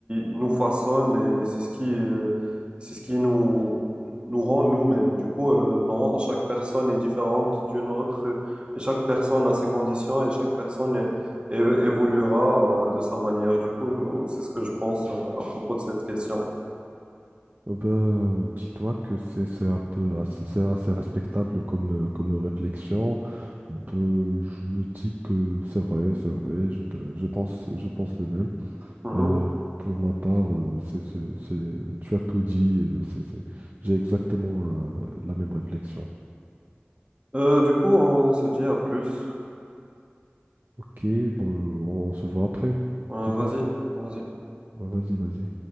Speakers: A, on the right; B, on the right.
A: nous façonne et c'est ce qui... euh, c'est ce qui nous, nous rend nous-mêmes. Du coup, euh, non, chaque personne est différente d'une autre euh, et chaque personne a ses conditions et chaque personne é- é- évoluera euh, de sa manière. Du coup, euh, c'est ce que je pense euh, à propos de cette question.
B: Euh, Ben, euh, dis-toi que c'est c'est un peu assez, c'est assez respectable comme, euh, comme réflexion. Ben, je me dis que c'est vrai, c'est vrai, je, ben, je pense, je pense le même.
A: Mhm.
B: Euh, pour ma part, euh, c'est, c'est- c'est- tu as tout dit, euh, c'est, c'est- j'ai exactement euh, la même réflexion.
A: Euh, du coup, on se dit à plus.
B: Ok, bon, on se voit après, de
A: Euh,
B: toute
A: vas-y,
B: façon.
A: vas-y.
B: Ben, vas-y, vas-y.